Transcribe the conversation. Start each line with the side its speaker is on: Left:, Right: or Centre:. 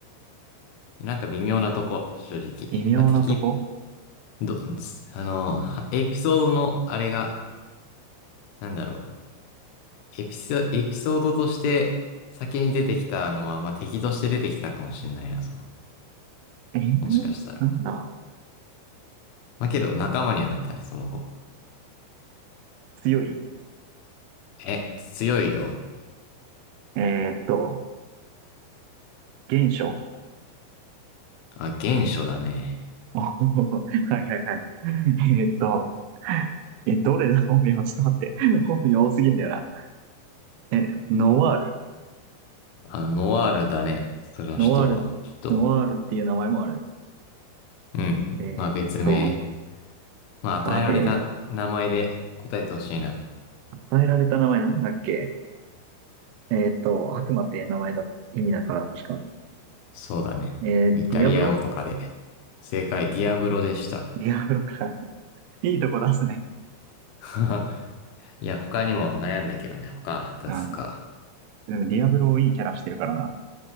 Left: なんか微妙なとこ、正直。
Right: 微妙なとこ
Left: まあ、敵、ど、あの、はエピソードのあれが、なんだろう。エピソ、エピソードとして先に出てきたのは、まあ、敵として出てきたかもしれないな、その。
Right: えー、
Left: もしかしたら。
Right: なんだ。
Left: まあ、けど仲間にはなったね、その後。
Right: 強い
Left: え、強いよ。
Right: えーっと、原初。
Left: あ、原初だね。
Right: <laughs> はいはいはい。えーっと、え、どれだ <laughs> 本名ちょっと待って。<laughs> 本名多すぎんだよな。え、ノワール。
Left: あ、ノワールだね。その人は。
Right: ノワール、
Left: きっと。
Right: ノワールっていう名前もある
Left: うん。
Right: ね。
Left: まあ、別名。
Right: えーっと、
Left: まあ、与えられた名前で答えてほしいな。
Right: 待て。与えられた名前なんだっけえーっと、悪魔って名前だ、意味だから、確か。
Left: そうだね。
Right: えーディアブロ
Left: イタリア語とかで。正解、ディアブロでした。
Right: ディアブロか。<laughs> いいとこ出すね。
Left: <laughs> いや、他にも悩んだけどね、他出すか。
Right: うん。でもディアブロいいキャラしてるからな。